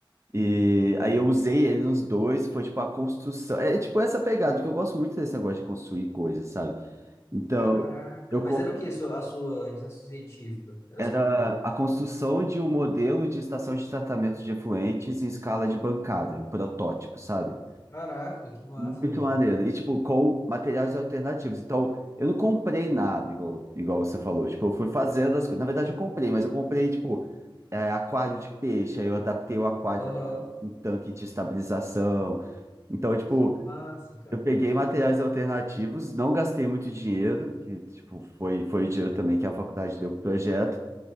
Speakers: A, on the right (about 30°); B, on the left (about 30°).
A: E aí eu usei ele nos dois, foi tipo a construção. É tipo essa pegada, porque eu gosto muito desse negócio de construir coisas, sabe? Então,
B: Caraca.
A: eu
B: Mas
A: con-
B: era o que a sua a sua iniciação científica? Era
A: era
B: sobre o quê?
A: a construção de um modelo de estação de tratamento de efluentes em escala de bancada, um protótipo, sabe?
B: Caraca, que massa,
A: Muito
B: velho.
A: maneiro. E, tipo, com materiais alternativos. Então, eu não comprei nada, igual, igual você falou. Tipo, eu fui fazendo as coisas. Na verdade, eu comprei, mas eu comprei, tipo, é, aquário de peixe. Aí eu adaptei o aquário
B: Aham.
A: para um tanque de estabilização. Então, tipo,
B: Que massa, cara.
A: eu peguei materiais alternativos, não gastei muito dinheiro, que, tipo, foi, foi o dinheiro também que a faculdade deu pro projeto.